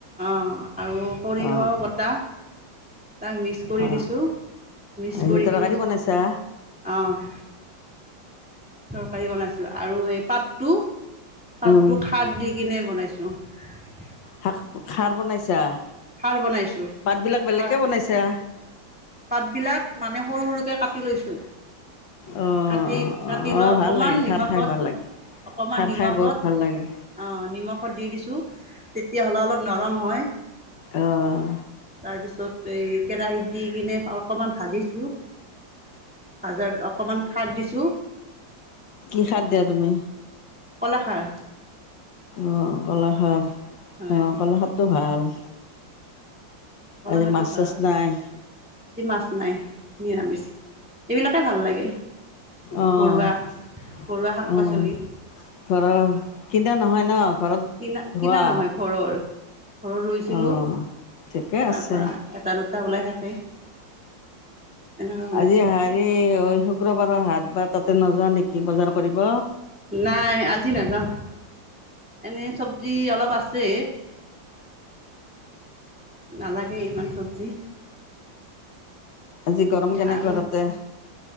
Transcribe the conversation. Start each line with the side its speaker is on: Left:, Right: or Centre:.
Centre: অঁ আৰু সৰিয়হ
Left: অ
Centre: বটাহ তাক মিক্স কৰি
Left: অ
Centre: দিছোঁ মিক্স
Left: সেই
Centre: কৰি
Left: তৰকাৰী
Centre: কিনে
Left: বনাইছা
Centre: অঁ তৰকাৰী বনাইছোঁ আৰু এই পাতটো তাততো
Left: উম
Centre: খাৰ দি কিনে বনাইছো পছো
Left: শাক খাৰ বনাইছা
Centre: খাৰ বনাইছোঁ
Left: পাত বিলাক বেলেগে
Centre: খাৰ
Left: বনাইছা।
Centre: পাতবিলাক মানে সৰু সৰুকে কাটি লৈছো
Left: অ
Centre: কাটি
Left: অ
Centre: কাটি
Left: অ
Centre: লৈ অকমান
Left: ভাল লাগে খাৰ
Centre: নিমখত
Left: খাই ভাল লাগে
Centre: অকমান
Left: খাৰ
Centre: নিমখত
Left: খাই বহুত ভাল লাগে
Centre: আহ নিমখত দি দিছো। তেতিয়াহ'লে অলপ নৰম হয়
Left: আহ
Centre: তাৰপিছত এই কেৰাহীত দি কিনে অকমান ভাজিছো, ভজাৰ অকমান খাৰ দিছো।
Left: কি খাৰ দিয়া তুমি?
Centre: কলাখাৰ।
Left: অ' কলাখাৰ।
Centre: হয়
Left: অ' কলাখাৰ টো ভাল।
Centre: কলাখাৰ
Left: আজি মাছ
Centre: তো ভাল,
Left: চাছ নাই
Centre: আজি মাছ নাই। নিৰামিষ, এইবিলাকে ভাল লাগে।
Left: আহ আহ,
Centre: ঘৰুৱা ঘৰুৱা শাক পাচলি
Left: ঘৰৰ কিন্তনা নহয় ন <inaudible>
Centre: কিনা -
Left: ধোৱা
Centre: কিনা নহয়, ঘৰৰ ঘৰত ৰুইছিলোঁ
Left: অঁ
Centre: তাৰ
Left: ঠিকে আছে
Centre: পৰা এটা- দুটা ওলাই থাকে এনেকুৱৈ বনাইছোঁ।
Left: আজি হেৰি শুক্ৰবাৰৰ হাত বা তাতে নোযোৱা নেকি বজাৰ কৰিব।
Centre: নাই আজি নাযাওঁ, এনেই চব্জি অলপ আছে। নালাগে ইমান। চবজি,
Left: আজি গৰম কেনেকুৱা
Centre: আৰু
Left: তাতে?